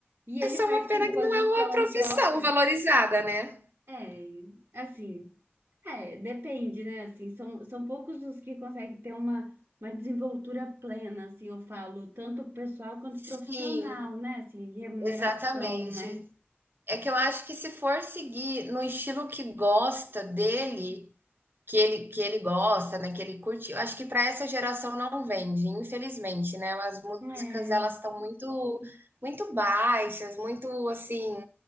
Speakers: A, on the right; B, on the right.
A: E ele
B: É só
A: faz
B: uma
A: composição
B: pena que não é uma profissão
A: própria?
B: valorizada, né?
A: É, assim, é, depende, né? Assim, são, são poucos os que conseguem ter uma, uma desenvoltura plena, assim, eu falo, tanto pessoal quanto
B: Sim,
A: profissional, né? Assim, remuneração,
B: exatamente.
A: né?
B: É que eu acho que se for seguir no estilo que gosta dele, que ele, que ele gosta, né? Que ele curte. Eu acho que para essa geração não vende, infelizmente, né? As músicas
A: É,
B: elas estão muito muito baixas, muito assim,